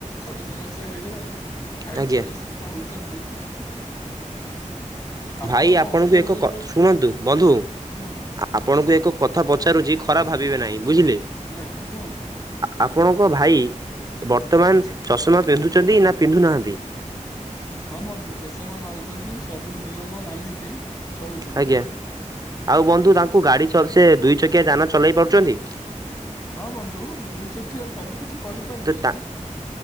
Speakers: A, on the left (about 25°); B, on the right (about 30°).
A: ଛବିଶି ମସିହା ହେଇଗଲାଣି। ଭାଇ
B: ଆଜ୍ଞା
A: ଚିକିତ୍ସିତ ହଉଚନ୍ତି। ଆପଣଙ୍କ
B: ଭାଇ ଆପଣଙ୍କୁ
A: ଅଞ୍ଚଳରେ
B: ଏକ
A: ଯୋଉ
B: ଶୁଣନ୍ତୁ ବନ୍ଧୁ
A: କୁହନ୍ତୁ
B: ଆପଣଙ୍କୁ ଏକ କଥା ପଚାରୁଛି ଖରାପ ଭାବିବେ ନାହିଁ। ବୁଝିଲେ
A: ନାଇଁ କୁହନ୍ତୁ।
B: ଆପଣଙ୍କ ଭାଇ ବର୍ତ୍ତମାନ
A: ଆଚ୍ଛା
B: ଚଷମା ପିନ୍ଧୁଚନ୍ତି ନା ପିନ୍ଧୁ ନାହାନ୍ତି
A: ହଁ ବନ୍ଧୁ ଚଷମା ନଉଚନ୍ତି ସବୁ ନିୟମ ମାନିକି ଚଳୁଛନ୍ତି
B: ଆଜ୍ଞା ଆଉ ବନ୍ଧୁ ତାଙ୍କୁ ଗାଡି ସେ ଦୁଇ ଚକିଆ ଯାନ ଚଲେଇ ପାରୁଚନ୍ତି।
A: ହଁ ବନ୍ଧୁ ଦୁଇ ଚକିଆ ସବୁ କିଛି କରିପାରୁଛନ୍ତି।
B: ତ ତା